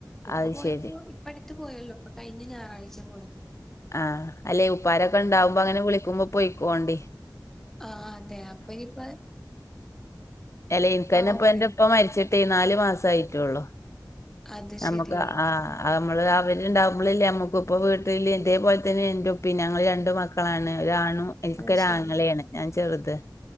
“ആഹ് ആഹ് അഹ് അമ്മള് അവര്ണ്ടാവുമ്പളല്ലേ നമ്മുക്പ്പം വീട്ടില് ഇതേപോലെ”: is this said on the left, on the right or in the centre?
Left